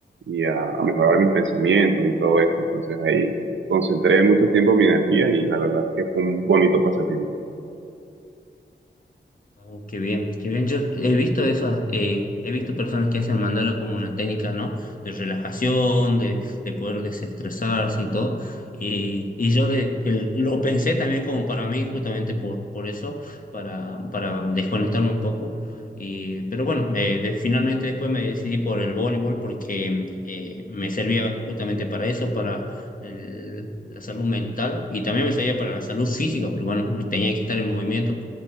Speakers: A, on the right; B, on the left.
A: y a, a mejorar mis pensamientos y todo esto. Entonces ahí concentré mucho tiempo mi energía y la verdad es que fue un bonito pasatiempo.
B: Oh, qué bien, qué bien. Yo he visto esas, eh, he visto personas que hacen mandala como una técnica, ¿no? De relajación, de, de poder desestresarse y todo. Y, y yo de- el- lo pensé también como para mí, justamente por, por eso, para, para desconectarme un poco. Y, pero bueno, me- de- finalmente después me decidí por el voleibol porque eh, me servía justamente para eso, para el- la salud mental y también me servía para la salud física, porque bueno, tenía que estar en movimiento